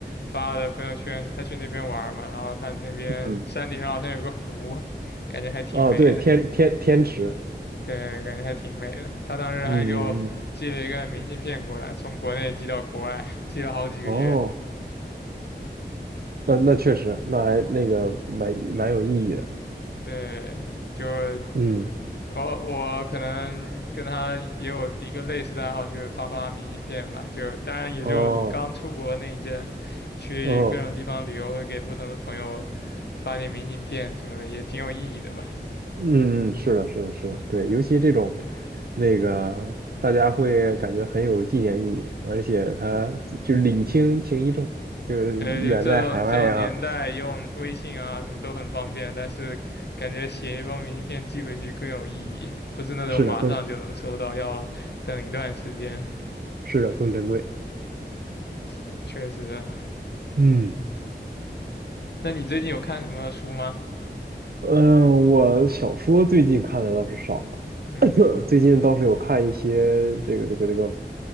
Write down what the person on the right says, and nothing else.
嗯，
啊，对，天天天池。
嗯嗯嗯，
哦，那那确实，那还那个蛮蛮有意义的。
嗯，
哦，
哦，
嗯嗯，是的，是的，是的，对，尤其这种那个，大家会感觉很有纪念意义，而且它就礼轻情意重，就是远在海外呀，
是的，更
是的更珍贵。
嗯，
嗯，我小说最近看的倒是少，
<laughs> 最近倒是有看一些这个这个这个